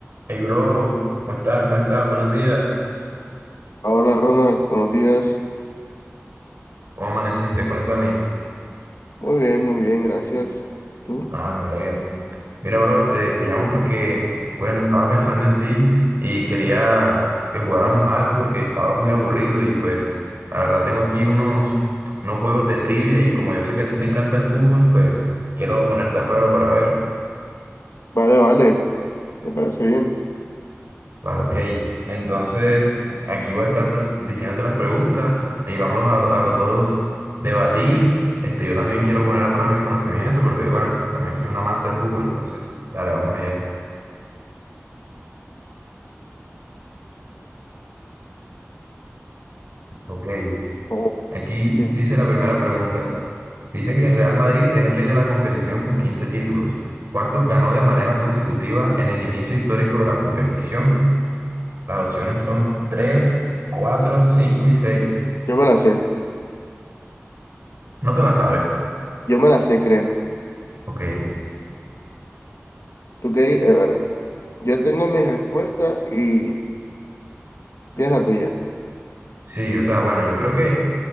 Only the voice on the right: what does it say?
Hey, bro, ¿cómo estás? ¿Cómo estás? Buenos días.
¿Cómo amaneciste? Cuéntame.
Ah, me alegro. Mira, bro, te, te llamo porque, bueno, estaba pensando en ti y quería que jugáramos algo porque estaba muy aburrido y pues, la verdad, tengo aquí unos, unos juegos de trivia y como yo sé que a ti te encanta el fútbol, pues quiero ponerte a prueba para ver.
Vale, ok. Entonces, aquí voy a estar pres- diciéndote las preguntas y vámonos a, a los dos debatir. Este, yo también quiero poner a prueba mi conocimiento porque, bueno, también soy un amante del fútbol, entonces, dale, vamos allá. Ok.
Aquí
dice la primera pregunta. Dice que el Real Madrid es el rey de la competición con 15 títulos. ¿Cuántos ganó de manera consecutiva en el inicio histórico de la competición? Las opciones son tres cuatro 5 y seis
No te la sabes.
Ok.
Sí, o sea, bueno, yo creo que